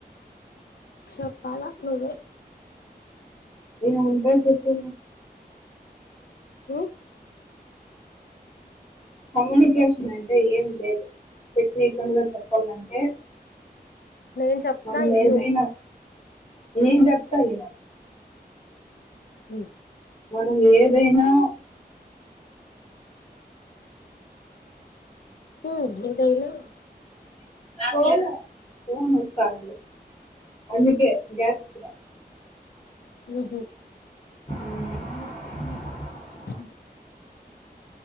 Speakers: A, on the left; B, on the left.
A: చెప్పాల నువ్వే
B: ఏం ఉంటాయి సెప్పు
A: హ
B: కమ్యూనికేషన్ అంటే ఏం లేదు ప్రతేకంగా చెప్పాలంటే
A: నేను చెప్తా
B: మనం
A: ఇను
B: ఏదైనా నేను చెప్తాలే
A: అవునా
B: మనం ఏదైనా
A: హ్మ్ ఏదైనా
B: పోలె ఫోన్ వస్తాంది అందుకే గ్యాప్ ఇచ్చిన
A: హ్మ్ హు
B: హ్మ్
A: అ